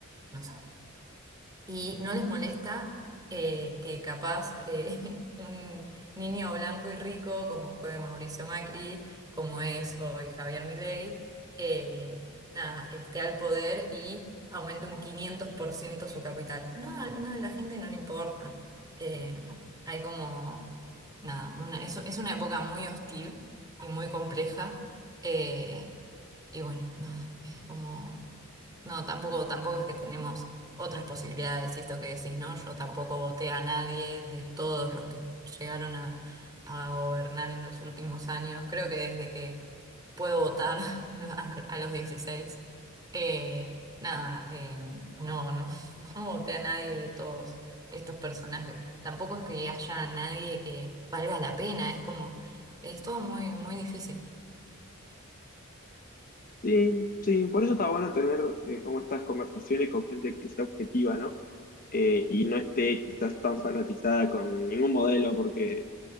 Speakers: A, on the right (about 20°); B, on the left (about 40°).
A: no sé y no les molesta eh, que capaz eh, <laughs> un niño blanco y rico, como fue Mauricio Macri, como es hoy Javier Milei, eh, nada, esté al poder y aumente un 500% su capital. No, a- no, a la gente no le importa. Eh, hay como, nada, una- es, es una época muy hostil y muy compleja. eh, y bueno, nada, es como... No, tampoco, tampoco es que tenemos otras posibilidades, y esto que decís, ¿no? Yo tampoco voté a nadie de todos los que llegaron a, a gobernar en los últimos años. Creo que desde que puedo votar <laughs> a, a los 16 eh, nada, eh, no, no, <laughs> no voté a nadie de todos estos personajes. Tampoco es que haya nadie que valga la pena, es como, es todo muy, muy difícil.
B: Sí, sí, por eso está bueno tener eh, como estas conversaciones con gente que sea objetiva, ¿no? eh, y no esté quizás tan fanatizada con ningún modelo, porque